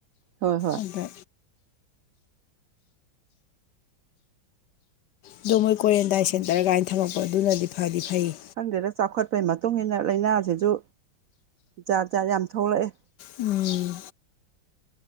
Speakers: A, on the right; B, on the left.
A: ꯍꯣꯏ ꯍꯣꯏ
B: ꯑꯗ ꯑꯗꯣ ꯃꯣꯏ ꯀ꯭ꯋꯥꯔꯦꯟꯇꯥꯏꯟ ꯁꯦꯟꯇꯔ ꯀꯥꯏꯅ ꯊꯝꯃꯛꯄ ꯑꯗꯨꯅꯗꯤ ꯐꯗꯤ ꯐꯩꯌꯦ
A: ꯈꯪꯗꯦꯗ ꯆꯥꯎꯈꯠꯄꯩ ꯃꯇꯨꯡ ꯏꯟꯅ ꯂꯥꯏꯅꯥꯁꯤꯁꯨ ꯖꯥꯠ ꯖꯥꯠ ꯌꯥꯝ ꯊꯣꯛꯂꯛꯑꯦ
B: ꯎꯝ